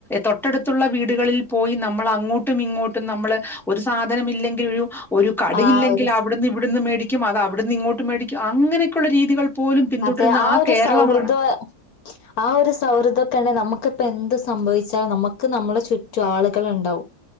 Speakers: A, in the centre; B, on the left.
A: തൊട്ടടുത്തുള്ള വീടുകളിൽ പോയി നമ്മൾ അങ്ങോട്ടും ഇങ്ങോട്ടും നമ്മള് ഒരു സാധനം ഇല്ലെങ്കിൽ ഒരു കടിയില്ലെങ്കിൽ
B: ആ ഒരു
A: അവിടുന്നുംഇവ്ടുന്നു മേടിക്ക കും അവിടുന്ന് ഇങ്ങോട്ട് മേടിക്കും അങ്ങനെക്കെള്ള രീതികൾ പോലും പിന്തുടരുന്ന
B: അതെ ആ ഒരു
A: കേരളമാണ്
B: സൗഹൃദ <unintelligible> ആ ഒരു സൗഹൃദ ത്തണ് നമുക്കിപ്പെന്ത് സംഭവിച്ചാ നമുക്ക് നമ്മളെ ചുറ്റു ആളുകൾ ഉണ്ടാവും